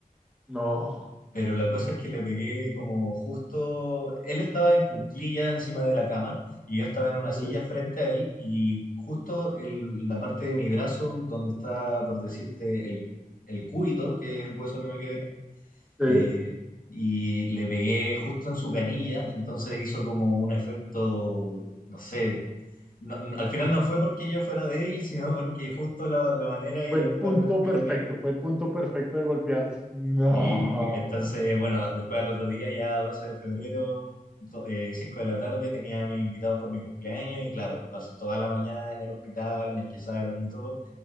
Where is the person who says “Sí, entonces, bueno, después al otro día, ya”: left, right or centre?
Left